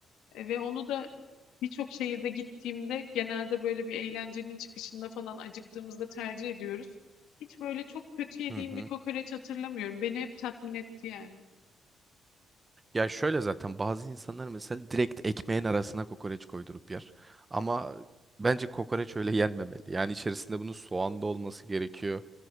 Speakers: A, on the left; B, on the right.
A: E, ve onu da birçok şehirde gittiğimde genelde böyle bir eğlencenin çıkışında falan acıktığımızda tercih ediyoruz. Hiç böyle çok kötü yediğim
B: Hı hı.
A: bir kokoreç hatırlamıyorum. Beni hep tatmin etti yani.
B: Ya şöyle zaten bazı insanlar mesela direkt ekmeğin arasına kokoreç koydurup yer. Ama bence kokoreç öyle yenmemeli. Yani içerisinde bunun soğan da olması gerekiyor,